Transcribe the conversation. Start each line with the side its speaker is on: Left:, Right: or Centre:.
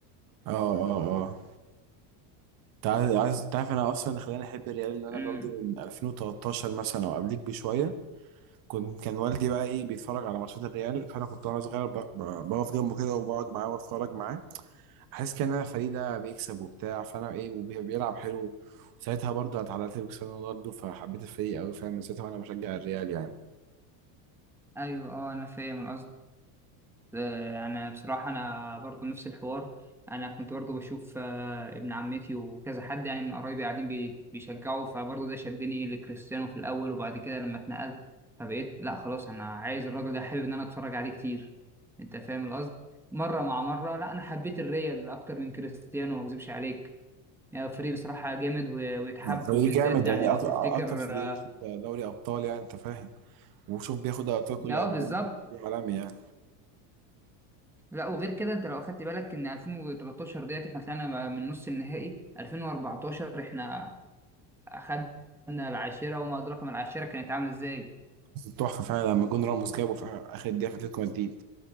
Right: اه اه اه انت عايز عايز- تعرف انا اصلا اللي خلاني احب الريال ان انا
Centre: امم
Right: برضه من 2013 مثلا او قبليك بشويه كنت كان والدي بقى ايه بيتفرج على ماتشات الريال فانا كنت وانا صغير ب- ب- بقف جنبه كده وبقعد معاه واتفرج معاه حاسس كان انا فريق ده بيكسب وبتاع فانا ايه وبيلعب حلو وساعتها برضه انا اتعلقت بكريستيانو رونالدو فحبيت الفريق قوي فاهم من ساعتها وانا بشجع الريال يعني
Centre: ايوه اه انا فاهم القصد آه، انا بصراحه انا برضو نفس الحوار انا كنت برضو بشوف آه، ابن عمتي وكذا حد يعني من قرايبي قاعدين بي- بيشجعوا فبرضو ده شدني لكريستيانو في الاول وبعد كده لما اتنقلت فبقيت لا خلاص انا عايز الراجل ده حابب ان انا اتفرج عليه كتير انت فاهم القصد مره مع مره لا انا حبيت الريال اكتر من كريستيانو ما اكذبش عليك يعني فريق بصراحه جامد و- ويتحب
Right: آه، فريق
Centre: وبالذات
Right: جامد
Centre: يعني
Right: يعني
Centre: لو
Right: أك-
Centre: تفتكر
Right: اكتر فريق
Centre: اه
Right: واخد دوري ابطال يعني انت فاهم وشوف بياخد ابطال كل
Centre: آه،
Right: قد
Centre: بالظبط
Right: ايه عالمي يعني
Centre: لا وغير كده انت لو اخدت بالك ان 2013 ديت احنا طلعنا من نص النهائي 2014 احنا اخدنا العاشرة وما ادراك ما العاشرة كانت عاملة ازاي
Right: تحفه فعلا لما جون راموس جابه في اخر دقيقه في اتلتيكو مدريد